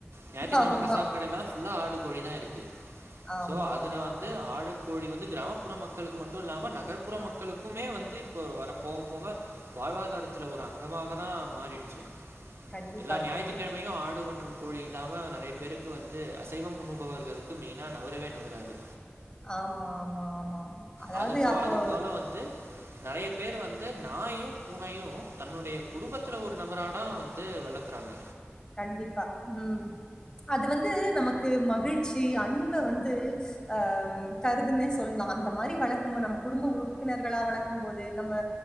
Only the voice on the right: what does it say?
ஞாயித்துகெழம
கசாப்பு கடையெல்லா ஃபுல்லா ஆடு கோழி தா இருக்கு
சோ அதுல
வந்து
ஆடு கோழி வந்து கிராமப்புற மக்களுக்கு மட்டு இல்லாம நகர்புற மக் களுக்குமே வந்து இப்போ வர போக போக வாழ்வாதாரத்தில ஒரு அங்க அதுவாகதா மாறிடுச்சு
எல்லா ஞாயித்துக்கெழமையு
ஆடு மற்று கோழி இல்லாம நறைய பேருக்கு வந்து அசைவம் உன்னுபவர்களுக்கு மெயினா நவரவே நவராது
அதுக்கு
அது போல வந்து நறைய பேர் வந்து நாயு பூனையு தன்னுடைய குடும்பத்துல ஒரு நபரா தா வந்து வளக்கறாங்க